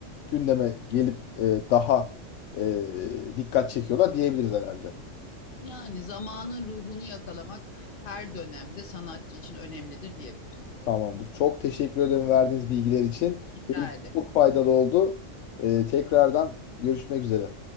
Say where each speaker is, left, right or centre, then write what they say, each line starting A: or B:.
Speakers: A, on the left (about 75°); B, on the left (about 45°).
A: gündeme gelip e, daha e, dikkat çekiyorlar diyebiliriz herhalde.
B: Yani zamanın ruhunu yakalamak her dönemde sanatçı için önemlidir diyebiliriz.
A: Tamamdır. Çok teşekkür ederim verdiğiniz bilgiler için.
B: Rica
A: Benim için
B: ederim.
A: çok faydalı oldu. Ee, tekrardan görüşmek üzere.